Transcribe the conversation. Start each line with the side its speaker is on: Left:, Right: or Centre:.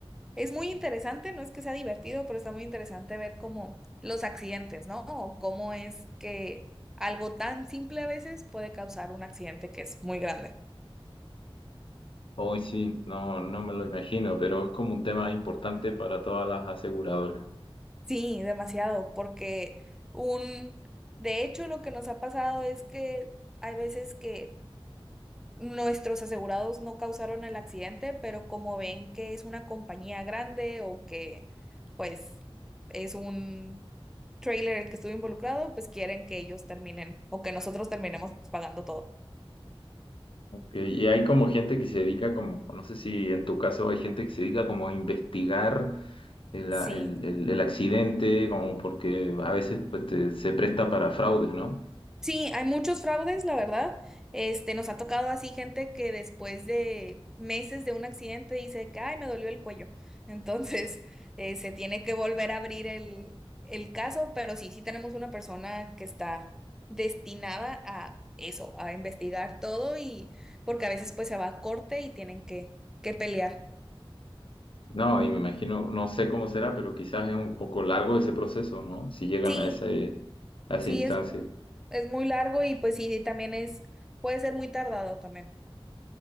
Centre: es muy interesante, no es que sea divertido, pero está muy interesante ver cómo los accidentes, ¿no? O cómo es que algo tan simple a veces puede causar un accidente que es muy grande.
Left: Hoy sí, no, no me lo imagino, pero es como un tema importante para todas las aseguradoras.
Centre: Sí, demasiado, porque un, de hecho, lo que nos ha pasado es que hay veces que Nuestros asegurados no causaron el accidente, pero como ven que es una compañía grande o que pues es un trailer el que estuvo involucrado, pues quieren que ellos terminen o que nosotros terminemos pagando todo.
Left: Ok, Y hay como gente que se dedica como, no sé si en tu caso hay gente que se dedica como a investigar el,
Centre: Sí.
Left: a- el- el- el accidente, como porque a veces pues, te- se presta para fraudes, ¿no?
Centre: Sí, hay muchos fraudes, la verdad. Este, nos ha tocado así gente que después de meses de un accidente dice que, ay, me dolió el cuello. Entonces, <laughs> eh, se tiene que volver a abrir el, el caso, pero sí, sí tenemos una persona que está destinada a eso, a investigar todo y porque a veces pues se va a corte y tienen que, que pelear.
Left: No, y me imagino, no sé cómo será, pero quizás es un poco largo ese proceso, ¿no? Si llegan
Centre: Sí,
Left: a ese, a esa
Centre: sí,
Left: instancia.
Centre: es, es muy largo y pues sí, también es, puede ser muy tardado también.